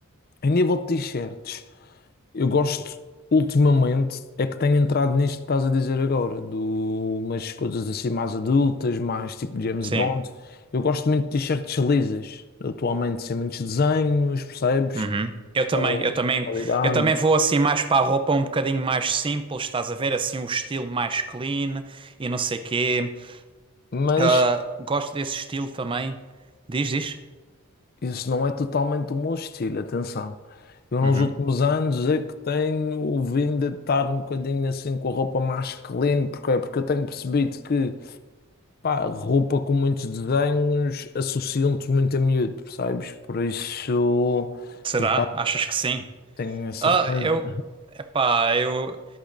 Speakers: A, on the left; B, on the right.
A: Em nível de t-shirts, eu gosto, ultimamente, é que tenho entrado nisto que estás a dizer agora, de umas coisas assim mais adultas, mais tipo James
B: Sim.
A: Bond. Eu gosto muito de t-shirts lisas, atualmente sem muitos desenhos, percebes?
B: Uhum. Eu também,
A: ou
B: eu também,
A: qualidade,
B: eu também vou assim mais para a roupa um bocadinho mais simples, estás a ver? Assim o estilo mais clean e não sei quê.
A: mas
B: Ah, gosto desse estilo também. Diz, diz.
A: isso não é totalmente o meu estilo, atenção. Eu nos
B: Uhum.
A: últimos anos é que tenho vindo a estar um bocadinho assim com a roupa mais clean, porque porque eu tenho percebido que pá, roupa com muitos desenhos associam-te muito a miúdo, percebes? Por isso
B: Será?
A: já
B: Achas que sim?
A: tenho a certeza.
B: Ah, eu, epá, eu,